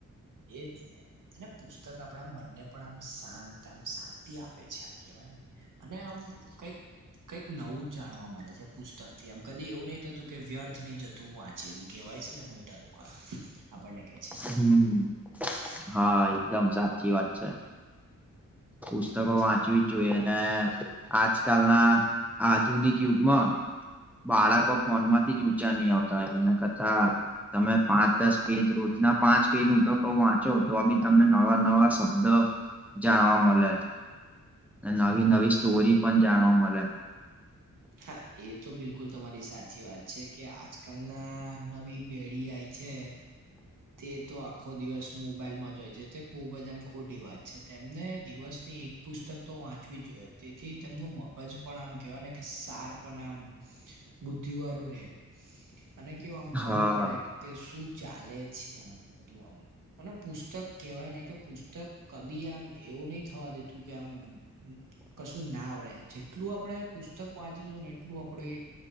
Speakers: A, on the right (about 75°); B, in the centre.
A: એજને અને પુસ્તક આપણા મનને પણ આમ શાંત આમ શાંતિ આપે છે આમ કેવાયને અને આમ કઈક કઈક નવું જાણવા મળે છે પુસ્તક થી આમ કદી એવું નહી થતું કે વ્યર્થ નહી જતું વાચેલું કહેવાય છે ને મોટા લોકો વાહ આપણને કે છે
B: હમ્મ હા એકદમ સાચી વાત છે. પુસ્તકો
A: એજ
B: વાંચવી
A: ને
B: જોઈ ને આજકાલ ના આધુનિક યુગમાં બાળકો ફોન માંથી જ ઊંચા નહી આવતા એના કરતા તમે પાંચ દસ પેજ રોજ ના પાંચ પેજ હું તો કહ વાંચો તો બી તમને નવા નવા શબ્દ જાણવા મળે નવી નવી સ્ટોરી પણ જાણવા મળે
A: હા એ તો બિલકુલ તમારી સાચી વાત છે. કે આજકાલના નવી પેઢી આઈ છે. તે તો આખો દિવસ મોબાઈલમાં જ હોય છે તે ખુબ જ આમ ખોટી વાત છે તેમને દિવસની એક પુસ્તક તો વાંચવી જ જોઈ તેથી તેમનું મગજ પણ આમ કેવાય ને કે સાર્પ અને આમ બુદ્ધિવાળું રે અને કેવું આમ ખબર
B: હા
A: પડે કે શું ચાલે છે આમ બધું આમ અને પુસ્તક કહેવાય ને કે પુસ્તક કદી આમ એવું નહિ થવા દેતું કે આમ કશું ના આવડે જેટલું આપડે પુસ્તક વાંચીશું ને એટલું આપડે